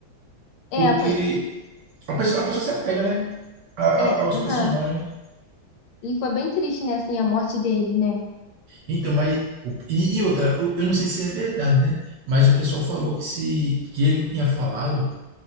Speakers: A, on the left (about 85°); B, on the right (about 70°).
A: É,
B: Porque
A: foi,
B: A pessoa, a pessoa se apega, né? A, a-
A: é,
B: aos
A: aham.
B: personagens.
A: E foi bem triste, né, assim, a morte dele, né?
B: Então, mas. o- E, e outra, eu, eu não sei se é verdade, né? Mas o pessoal falou que se que ele tinha falado